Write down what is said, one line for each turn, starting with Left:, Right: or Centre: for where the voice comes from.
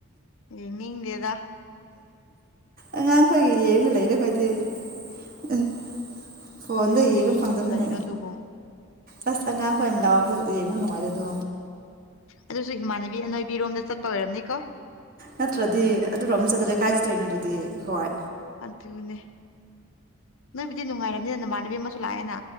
Left: ꯌꯦꯡ ꯅꯤꯡꯗꯦꯗ
Right: ꯑꯉꯥꯡ ꯑꯈꯣꯏꯒꯤ ꯌꯦꯟꯒ ꯂꯩꯔꯦ ꯈꯣꯏꯗꯤ ꯑ ꯐꯣꯟꯗ
Left: ꯀꯔꯤꯗ
Right: ꯌꯦꯡꯕ ꯐꯪꯗꯝꯅꯤꯅ
Left: ꯐꯖꯔꯤꯅꯣ ꯑꯗꯨꯕꯨ
Right: ꯑꯁ ꯑꯉꯥꯡꯈꯣꯏꯅ ꯂꯥꯎꯕꯗꯣ ꯌꯦꯡꯕ ꯅꯨꯡꯉꯥꯏꯔꯦ ꯑꯗꯣ
Left: ꯑꯗꯨꯁꯨ ꯏꯃꯥꯟꯅꯕꯤ ꯑꯅꯣꯏꯕꯤꯔꯣꯝꯗ ꯆꯠꯄ ꯑꯣꯏꯔꯝꯅꯤꯀꯣ
Right: ꯅꯠꯇ꯭ꯔꯗꯤ ꯑꯗꯨꯔꯣꯝ ꯆꯠꯇ꯭ꯔ ꯀꯥꯏ ꯆꯠꯇꯣꯏꯅꯣ ꯑꯗꯨꯗꯤ ꯍꯣꯏ
Left: ꯑꯗꯨꯅꯦ ꯅꯣꯏꯕꯨꯗꯤ ꯅꯨꯡꯉꯥꯏꯔꯝꯅꯤꯅ ꯅꯃꯥꯟꯅꯕꯤ ꯑꯃꯁꯨ ꯂꯥꯛꯑꯦꯅ